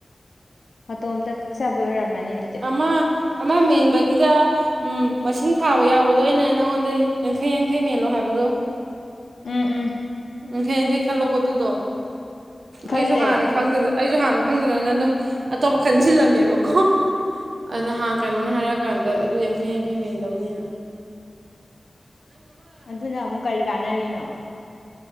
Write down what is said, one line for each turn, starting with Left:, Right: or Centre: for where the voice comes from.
Left: ꯃꯇꯣꯝꯗ ꯀꯛꯆꯕ ꯑꯣꯏꯔꯝꯅꯤ ꯃꯥꯅꯤꯗꯨꯗ
Right: ꯑꯃ ꯑꯃ ꯃꯦꯟꯕꯒꯤꯗ ꯃꯁꯤꯡ ꯊꯥꯕ ꯌꯥꯎꯕꯗꯣ ꯑꯩꯅ ꯅꯪꯉꯣꯟꯗ ꯌꯥꯡꯈꯩ ꯌꯥꯡꯈꯩ ꯃꯦꯜꯂꯣ ꯍꯥꯏꯕꯗꯣ
Left: ꯎꯝ ꯎꯝ
Right: ꯌꯥꯡꯈꯩ ꯌꯥꯡꯈꯩ ꯈꯜꯂꯣ ꯀꯣ ꯑꯗꯨꯨꯗꯣ
Left: ꯈꯜꯂꯦ
Right: ꯑꯩꯖꯨ ꯍꯥꯟꯅ ꯈꯪꯗꯗ ꯑꯩꯖꯨ ꯍꯥꯟꯅ ꯈꯪꯗꯗꯅ ꯑꯗꯨꯝ ꯑꯇꯣꯞꯄ ꯈꯟꯖꯤꯜꯂꯝꯃꯦꯕꯀꯣ ꯑ
Left: ꯎꯝ
Right: ꯅꯍꯥꯟ ꯀꯩꯅꯣꯅ ꯍꯥꯏꯔ ꯀꯥꯟꯗ ꯑꯗꯨ ꯌꯥꯡꯈꯩ ꯌꯥꯡꯈꯩ ꯃꯦꯟꯗꯧꯅꯦꯅ
Left: ꯑꯗꯨꯅ ꯑꯃꯨꯛ ꯀꯔꯤ ꯀꯥꯟꯅꯔꯤꯅꯣ